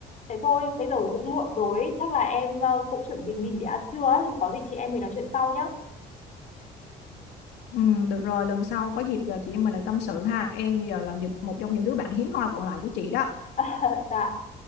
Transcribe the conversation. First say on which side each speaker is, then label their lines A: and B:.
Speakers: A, on the left (about 45°); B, on the left (about 80°).
A: Thế thôi, bây giờ cũng muộn rồi, chắc là em ờ, cũng chuẩn bị nghỉ để ăn trưa ấy, thì có gì chị em mình nói chuyện sau nhé.
B: ừ, được rồi lần sau có dịp là chị em mình lại tâm sự ha em giờ là những- một trong những đứa bạn hiếm hoi còn lại của chị đó
A: <laughs> dạ.